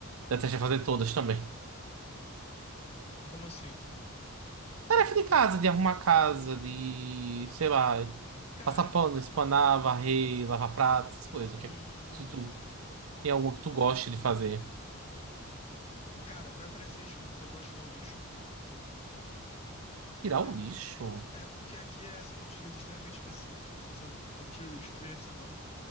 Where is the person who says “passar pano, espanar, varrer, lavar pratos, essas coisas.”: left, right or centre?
Right